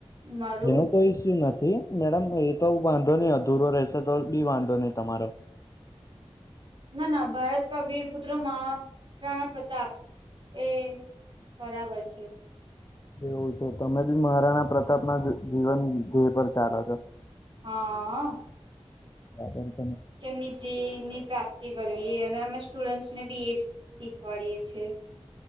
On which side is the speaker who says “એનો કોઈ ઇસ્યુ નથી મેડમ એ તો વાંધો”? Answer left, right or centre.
Left